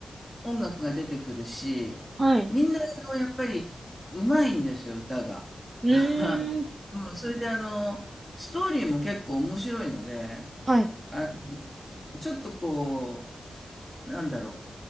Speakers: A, in the centre; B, on the right (about 35°).
A: 音楽が出てくるし、
B: はい。
A: みんなあのやっぱりうまいんですよ、歌が。
B: うーん。
A: <laughs> うん、それであの、ストーリーも結構面白いので、
B: はい。
A: あの、ちょっとこう、なんだろ